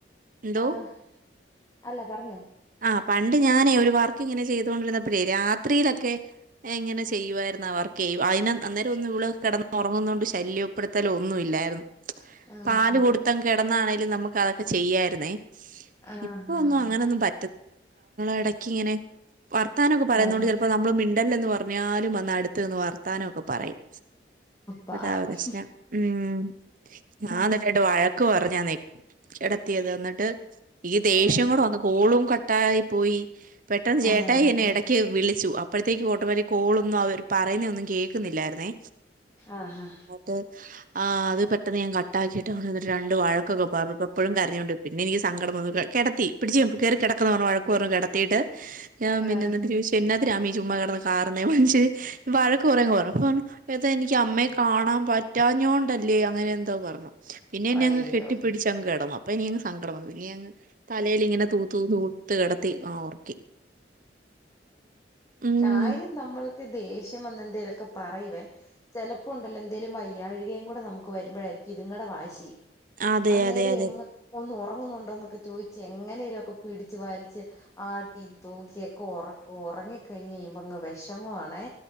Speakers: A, on the right; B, on the left.
A: എന്തോ
B: ആഹ് അല്ല പറഞ്ഞോ.
A: ആഹ് പണ്ട് ഞാനേ ഒരു വർക്ക്ങ്ങനെ ചെയ്തോണ്ടിരിന്നപ്പഴേ രാത് ത്രീലൊക്കെ ഞാൻ ഇങ്ങനെ ചെയ്യുവായിരുന്നു ആവർക്ക്. അതിന് അന്നേരം ഒന്ന് വള് കെടന്നു ഒറങ്ങുന്നത് കൊണ്ട് ശല്യപ്പെടുത്തലോ ഒന്നും ഇല്ലായിര്ന്നു.
B: ആഹ്
A: പാല് കൊടുത്തങ് കിടന്നാണെലും നമുക്ക് അതൊക്കെ ചെയ്യായിര്ന്നേ.
B: ആഹ്
A: ഇപ്പൊന്നും അങ്ങനെൊന്നും പ ഇടക്കിങ്ങനെ വർത്താനൊക്കെ പറയുന്നോണ്ട്
B: വല്ല
A: ചെൽപ്പോ നമ്മള്. മിണ്ടല്ലെന്ന് പർഞ്ഞാലും വന്ന് അടുത്ത് നിന്ന് വർത്താനൊക്കെ പറയും.
B: പാവം
A: അതാ പ്രശ്നംഉം ഞാന്ന്നട്ട് രണ്ട് വഴ ക്ക് പർഞ്ഞാനെ കെടത്തിയത് എന്നിട്ട് ഈ ദേഷ്യം
B: ആഹ്
A: കൂടെ വന്ന് കോളും കട്ട്‌. ട്ടായ് പോയി പെട്ടെന്ന് ചേട്ടായെന്നെ
B: ആഹ്
A: എട ക്ക് വിളിച്ചു അപ്പോഴാത്തേക്ക് ഓട്ടോമാറ്റ് കോളൊന്നും അവര് പറയുന്നെഒന്നുംകേ കേക്കുന്നില്ലായിര്ന്നേ.
B: ആഹ്
A: ട്ട് അത് പെട്ടെന്ന് ഞാൻ കട്ടാക്കിട്ട് എന്ന്ട്ട് രണ്ട് വഴ ക്കൊക്കെ പർഞ്ഞ് പ്പ ഇപ്പഴും കരഞ്ഞോണ്ട് പിന്നെ എനിക്ക് സങ്കടംവന്നു കിടത്തി പിടിച്ച് ഞാൻ കേറി കെട വഴക്ക് പറഞ്ഞു കെടത്തീട്ട് ഞാൻ
B: ആഹ്
A: പിന്നെ എന്നിട്ട് ചോദിച്ചു എന്നാത്തിനാ നീ ചുമ്മാ കിടന്ന് കാറുന്നേ മൻഷ്വര് വഴക്ക് കുറെ അങ്ങ് പറഞ്ഞു അപ്പം ഏതാ എനിക്ക് അമ്മയെ കാണാൻ പറ്റാഞ്ഞോണ്ടല്ലേ അങ്ങനെ എന്തോ പർഞ്ഞു. പിന്നെ എന്നെ
B: അയ്യോ
A: അങ് കെട്ടിപ്പിടിച്ച് അങ് കെടന്നു, അപ്പൊ ഇനി അങ് സങ്കടം വന്നു ഇനിഅങ്ങ് തലയിൽ ഇങ്ങനെ തൂ തൂ തൂ ത്ത് കെടത്തി ഒറങ്ങി ഉം
B: കാര്യം നമ്മൾക്ക് ദേഷ്യം വന്നാ എന്തേലൊക്കെ പറയുവേ. ചിലപ്പോ ഉണ്ടല്ലോ എന്തേലും വയ്യാഴ്കയും കൂടി നമുക്ക് വരുമ്പോഴായിരിക്കും ഇതിങടെ വാശി.
A: അതെ
B: അന്നേരം
A: അതെ അതെ
B: എങ് ഒന്ന് ഒറങ്ങുന്നുണ്ടോ ന്നൊക്കെ ചോദിച്ച് എങ്ങനേലൊക്കെ പിടിച്ച് ടിച്ച് വലിച്ച് ആട്ടീം തൂക്കിയൊക്കെ ഒറക്കും ഒറങ്ങി കഴിഞ്ഞഴിയുമ്പോ അങ്ങ് വിഷമാ ആണേ.